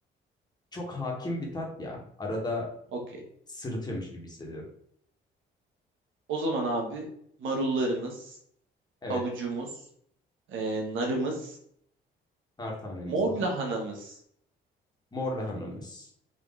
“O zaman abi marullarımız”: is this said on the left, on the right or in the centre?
Right